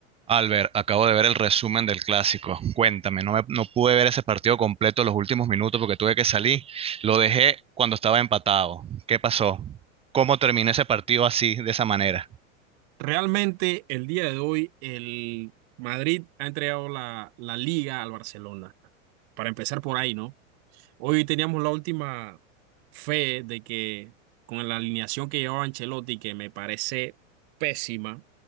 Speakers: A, on the right; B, on the right.
A: Albert, acabo de ver el resumen del clásico. Cuéntame, no, me- no pude ver ese partido completo los últimos minutos porque tuve que salir. Lo dejé cuando estaba empatado. ¿Qué pasó? ¿Cómo terminó ese partido así, de esa manera?
B: Realmente el día de hoy el Madrid ha entregado la, la liga al Barcelona. Para empezar por ahí, ¿no? Hoy teníamos la última fe de que con la alineación que llevaba Ancelotti, que me parece pésima,